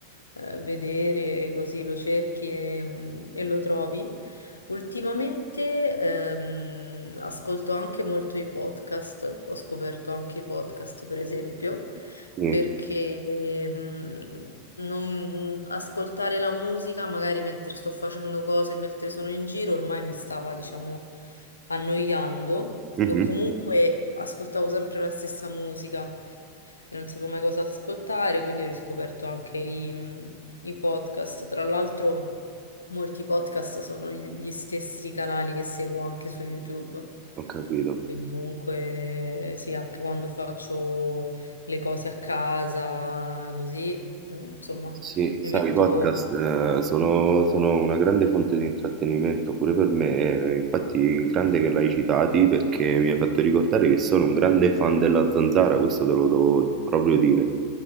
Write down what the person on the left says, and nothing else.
eh, vedere, così lo cerchi e, mm, e lo trovi. Ultimamente ehm, ascolto anche molto i podcast, ho scoperto anche i podcast per esempio,
perché ehm, non- mm, ascoltare la musica magari mentre sto facendo cose, mentre sono in giro, ormai mi stava, diciamo annoiando
o comunque ascoltavo sempre la stessa musica e non sapevo mai cosa ascoltare, quindi ho riscoperto anche i, i podcast. Tra l'altro, molti podcast sono gli stessi canali che seguo anche su YouTube.
Quindi comunque sì, anche quando faccio le cose a casa, così, mm, insomma,
mi
metto...